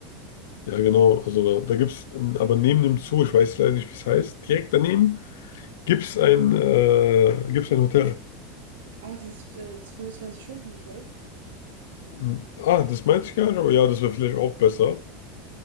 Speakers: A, on the left; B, on the right.
A: Ja, genau. Also da, da gibt es, aber neben dem Zoo, ich weiß leider nicht, wie es heißt, direkt daneben gibt es ein, äh, gibt's ein Hotel.
B: Ah, dieses äh, 25-Stunden-Hotel.
A: Hm, Ah, das meinte ich gar nicht, aber ja, das wäre vielleicht auch besser.